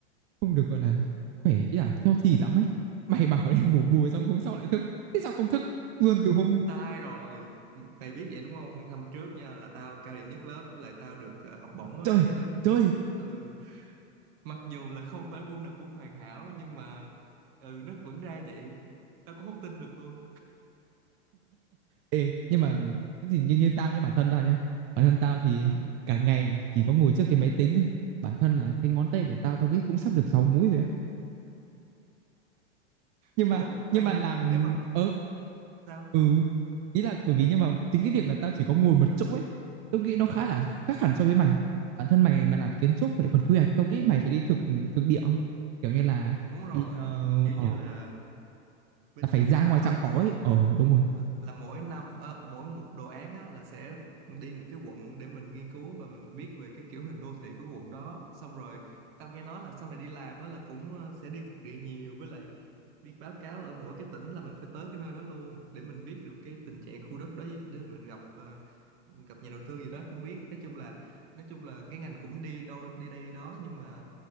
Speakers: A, on the right; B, on the right.
A: không được gọi là khỏe ý là healthy lắm ấy mày bảo đi ngủ bù xong hôm sau lại thức thế sao không thức luôn từ hôm
B: sai rồi mày biết vậy đúng không năm trước nha là tao cao điểm nhất lớp với lại tao được ờ, học bổng á
A: trời
B: ý là
A: trời
B: ừ mặc dù là không phải môn nào cũng hoàn hảo nhưng mà ừ nó vẫn ra vậy tao cũng không tin được luôn
A: ê nhưng mà thế thì như như tao nhá bản thân tao nhá bản thân tao thì
B: ừ.
A: cả ngày chỉ có ngồi trước cái máy tính thôi bản thân là cái ngón tay của tao tao nghĩ cũng sắp được 6 múi rồi á nhưng
B: ủa
A: mà
B: khoan
A: nhưng mà
B: nha
A: làm
B: nếu mà
A: ờ
B: sao
A: ừ ý là bởi vì nhưng mà chính cái việc là tao chỉ có ngồi một chỗ ấy tôi nghĩ nó khá
B: ừ
A: là khác hẳn so với mày bản thân mày mà làm kiến trúc mà lại còn quy hoạch tao nghĩ mày phải đi thực thực địa không? kiểu như là
B: đúng rồi
A: đi ờ
B: kiểu
A: ờ,
B: như là bên
A: là phải
B: trường
A: ra
B: của tao
A: ngoài trạm
B: á là
A: cỏ ấy ờ đúng rồi
B: là mỗi năm ờ, mỗi một đồ án á là sẽ đi một cái quận để mình nghiên cứu và mình biết về cái kiểu hình đô thị của cái quận đó xong rồi tao nghe nói là sau này đi làm á là cũng ờ, sẽ đi thực địa nhiều với lại đi báo cáo ở mỗi cái tỉnh là mình phải tới cái nơi đó luôn để mình biết được cái tình trạng khu đất đó để mình gặp ờ, gặp nhà đầu tư gì đó không biết nói chung là nói chung là cái ngành cũng đi đôi đi đây đi đó nhưng mà